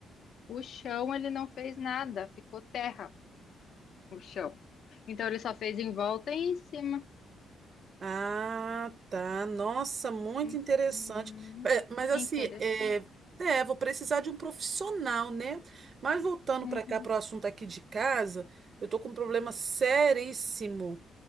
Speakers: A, on the left; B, on the right.
A: o chão ele não fez nada, ficou terra o chão. Então ele só fez em volta e em cima.
B: Ah, tá. Nossa, muito
A: Hum,
B: interessante.
A: Uhum.
B: É, Mas
A: Interessante.
B: assim, é, é, vou precisar de um profissional, né? Mas voltando
A: Uhum.
B: para cá, para o assunto aqui de casa, eu tô com um problema seríssimo